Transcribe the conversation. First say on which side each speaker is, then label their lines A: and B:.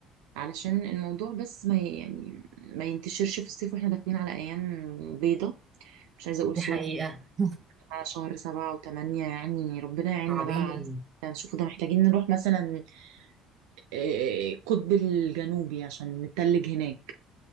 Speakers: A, on the right (about 85°); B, on the right (about 40°).
A: علشان الموضوع بس ما ي- يعني ما ينتشرش في الصيف واحنا داخلين على أيام بيضة مش عايزة أقول
B: دي
A: سود
B: حقيقة <laughs>
A: على شهر سبعة وثمانية يعني ربنا يعيننا
B: عظيم
A: بقى على ده نشوفه ده محتاجين نروح مثلا آه، القطب الجنوبي عشان نتلج هناك